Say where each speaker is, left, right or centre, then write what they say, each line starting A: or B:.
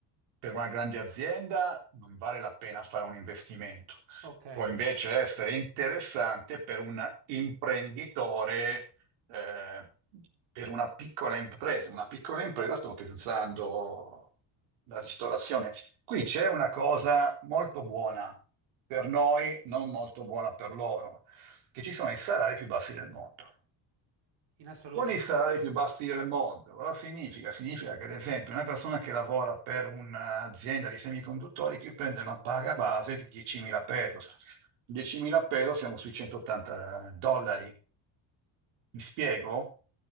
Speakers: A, on the right; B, on the right.
A: per una grande azienda non vale la pena fare un investimento.
B: Ok,
A: Può invece essere interessante per un imprenditore, eh, per una piccola impresa. Una piccola impresa, sto pensando la ristorazione. Qui c'è una cosa molto buona per noi, non molto buona per loro, che ci sono i salari più bassi del mondo.
B: in assoluto?
A: Con i salari più bassi del mondo, cosa significa? Significa che, ad esempio, una persona che lavora per un'azienda di semiconduttori che prende una paga base di 10.000 pesos. 10.000 pesos siamo sui 180 dollari. Mi spiego?